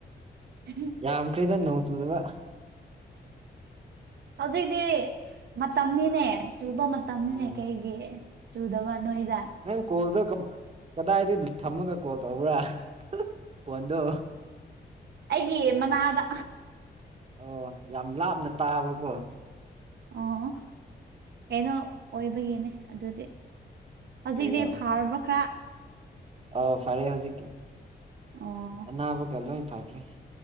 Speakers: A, on the right; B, on the right.
A: <unintelligible>
B: ꯌꯥꯝꯈ꯭ꯔꯦꯗ ꯅꯣꯡ ꯆꯨꯗꯕ
A: ꯍꯧꯖꯤꯛꯇꯤ ꯃꯇꯝꯅꯤꯅꯦ ꯆꯨꯕ ꯃꯇ ꯇꯝꯅꯤꯅꯦ
B: ꯎꯝ
A: ꯀꯩꯒꯤ ꯆꯨꯗꯕ ꯅꯣꯏꯗ
B: ꯅꯪ ꯀꯣꯜꯗꯣ ꯀꯗꯥꯏꯗ ꯊꯝꯃꯒ ꯀꯣꯜ ꯇꯧꯕ꯭ꯔꯥ ꯄꯣꯟꯗꯣ
A: ꯑꯩꯒꯤ ꯃꯅꯥꯗ
B: ꯑꯣ ꯌꯥꯝ ꯂꯥꯞꯅ ꯇꯥꯕꯀꯣ
A: ꯑꯣ ꯀꯩꯅꯣ ꯑꯣꯏꯕꯒꯤꯅꯦ ꯑꯗꯨꯗꯤ ꯍꯧꯖꯤꯛꯗꯤ
B: ꯀꯩꯔꯣ
A: ꯐꯥꯔꯕ ꯈꯔ
B: ꯑꯧ ꯐꯔꯦ ꯍꯧꯖꯤꯛꯇꯤ
A: ꯑꯣ
B: ꯑꯅꯥꯕꯒ ꯂꯣꯏ ꯐꯈ꯭ꯔꯦ